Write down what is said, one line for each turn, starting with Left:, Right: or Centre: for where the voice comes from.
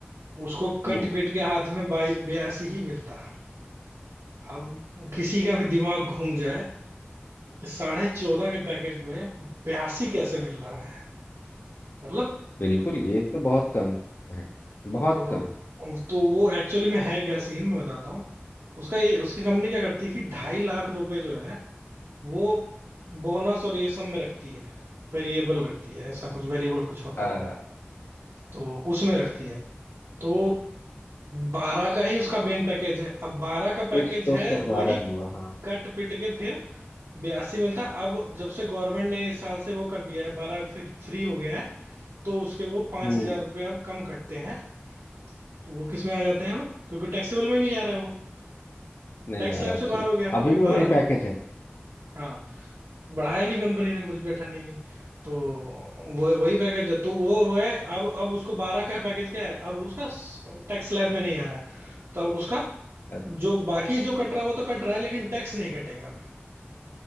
Right: उसको
Left: हम्म
Right: कट पीट के हाथ में बाई बयासी ही मिलता अब किसी का भी दिमाग घूम जाए कि साढ़े चौदह के पैकेज में बयासी कैसे मिल रहा है मतलब
Left: बिल्कुल ये तो बहुत कम है बहुत
Right: तो
Left: कम है
Right: तो वो एक्चुअली में है क्या सीन मैं बताता हूँ उसका ये उसकी कंपनी क्या करती है कि ढाई लाख रुपए जो है वो बोनस और ये सब में रखती है वेरिएबल रखती है ऐसा कुछ वेरिएबल कुछ होता
Left: आ,
Right: होगा तो उसमें रखती है तो बारह का ही उसका मेन पैकेज है अब बारह का पैकेज
Left: एक सौ तो
Right: है
Left: उसका
Right: वही
Left: बारह ही हुआ हाँ
Right: कट पिट के फिर बयासी मिलता अब जब से गवर्नमेंट ने इस साल से वो कर दिया है बारह फ्री हो गया है तो उसके वो पांच
Left: हम्म
Right: हजार रुपये अब कम कटते हैं तो वो किस में आ जाते हैं अब क्योंकि टैक्सेबल में नहीं जा रहे हैं वो
Left: नहीं
Right: टैक्स
Left: आ
Right: स्लैब
Left: रहा
Right: से
Left: ठीक
Right: बाहर हो गया क्योंकि
Left: अभी भी वही
Right: बारह
Left: पैकेज है
Right: हाँ बढ़ाया नहीं कंपनी ने कुछ भी अठन्नी भी तो वो वही पैकेज है तो वो हुए अब अब उसको बारह का पैकेज क्या है अब उसका टैक्स स्लैब में नहीं आ रहा है तो अब उसका
Left: अच्छा
Right: जो बाकी जो कट रहा है वो तो कट रहा है लेकिन टैक्स नहीं कटेगा अब